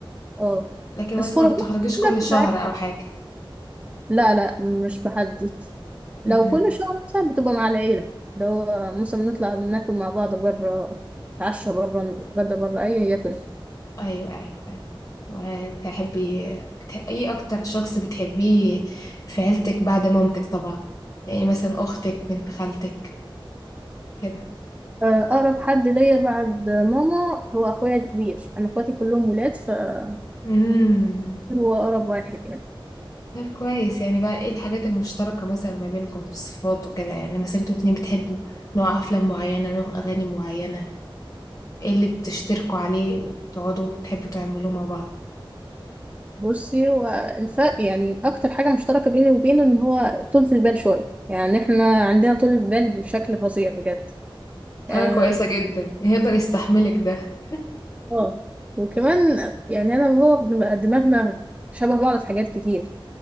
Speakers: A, on the right (about 15°); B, on the left (about 40°).
A: اه
B: لكن مثلا
A: بس خروجاتنا
B: ما بتخرجيش
A: كلها
B: كل
A: بتبقى
B: شهر او حاجه
A: لا لا مش بحدد
B: مهم.
A: لو كل شهر مثلا بتبقى مع العيلة لو مثلا نطلع ناكل مع بعض بره نتعشى بره نتغدى بره أي هي كده
B: أيوه أيوه أيوه وبتحبي بت- إيه أكتر شخص بتحبيه في عيلتك بعد مامتك طبعا يعني مثلا أختك بنت خالتك كده
A: آه، أقرب حد ليا بعد ماما هو أخويا الكبير أنا أخواتي كلهم ولاد فهو
B: امم
A: أقرب واحد يعني
B: طب كويس يعني بقى إيه الحاجات المشتركة مثلا ما بينكم في الصفات وكده يعني مثلا انتوا اتنين بتحبوا نوع أفلام معينة نوع أغاني معينة إيه اللي بتشتركوا عليه وتقعدوا بتحبوا تعملوه مع بعض
A: بصي هو الفرق يعني أكتر حاجة مشتركة بيني وبينه إن هو طولة البال شوية يعني إحنا عندنا طولة بال بشكل فظيع بجد
B: حاجة
A: آه
B: كويسة جدا يقدر يستحملك ده
A: آه. وكمان يعني أنا وهو بنبقى دماغنا شبه بعض في حاجات كتير